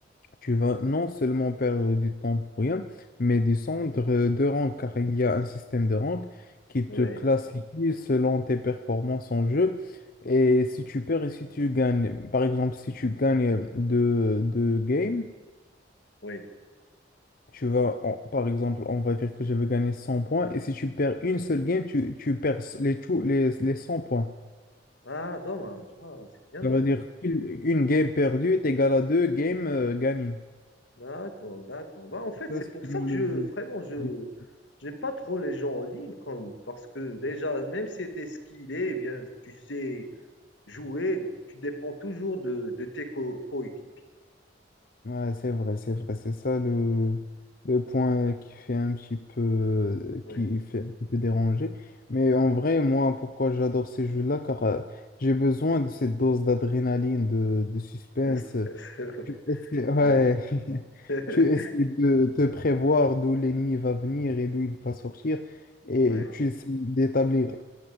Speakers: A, on the left; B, on the left.
A: tu vas non seulement perdre du temps pour rien, mais descendre euh, de rang, car il y a un système de rank qui
B: oui,
A: te classifie selon tes performances en jeu. Et si tu perds et si tu gagnes, par exemple, si tu gagnes deux, deux games,
B: oui.
A: tu vas, en- par exemple, on va dire que je vais gagner 100 points, et si tu perds une seule game, tu, tu perds les, tout- les, les 100 points.
B: Ah, dommage. Ah, c'est bien
A: Ça
B: dommage.
A: veut dire qu'une une game perdue est égale à deux games euh, gagnées.
B: D'accord, d'accord. Bah, en fait,
A: C'est
B: c'est
A: ça ce
B: pour
A: qui
B: ça
A: rend
B: que
A: le
B: je,
A: jeu.
B: vraiment, je,
A: difficile.
B: j'aime pas trop les gens en ligne, comme, parce que déjà, même si tu es skillé, eh bien, tu sais jouer, tu dépends toujours de, de tes co- coéquipiers.
A: Ouais, c'est vrai, c'est vrai. C'est ça le, le point qui fait un petit peu,
B: Oui,
A: qui fait un petit peu déranger. Mais en vrai, moi, pourquoi j'adore ces jeux-là? Car euh, j'ai besoin de cette dose d'adrénaline, de, de suspense.
B: de stress. <laughs>
A: Tu essaies, ouais.
B: Oui,
A: <laughs>
B: oui,
A: Tu essaies
B: <laughs>
A: de te prévoir d'où l'ennemi va venir et d'où il va sortir. Et
B: oui.
A: tu essaies d'établir,